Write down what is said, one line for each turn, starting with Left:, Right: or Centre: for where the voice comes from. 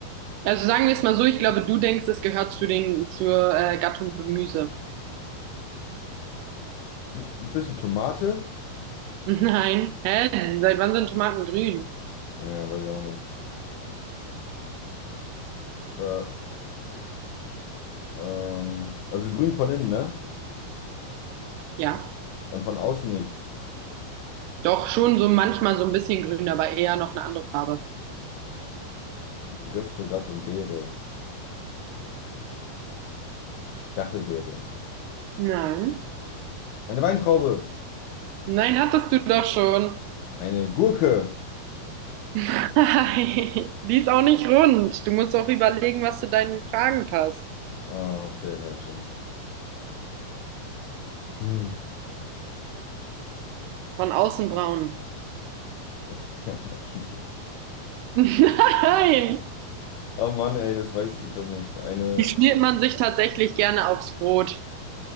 Right: Also sagen wir es mal so, ich glaube, du denkst, es gehört zu den, zur äh, Gattung Gemüse.
Left: Du, du bist eine Tomate?
Right: <laughs> Nein. Hä? Seit wann sind Tomaten grün?
Left: Ja, weiß ich auch nicht. Äh, ähm, also grün von innen, ne?
Right: Ja,
Left: Und von außen nicht.
Right: doch schon so manchmal so ein bisschen grün, aber eher noch eine andere Farbe.
Left: Du gehörst zur Gattung Beere. Stachelbeere.
Right: Nein.
Left: Eine Weintraube.
Right: Nein, hattest du doch schon.
Left: Eine Gurke.
Right: <laughs> Die ist auch nicht rund. Du musst auch überlegen, was zu deinen Fragen passt.
Left: Ah, okay, ja, stimmt. Hm.
Right: Von außen braun.
Left: <laughs> Ja, Eine Kiwi.
Right: <laughs> Nein,
Left: Oh Mann, ey, das weiß ich doch nicht. Eine,
Right: die schmiert man sich tatsächlich gerne aufs Brot.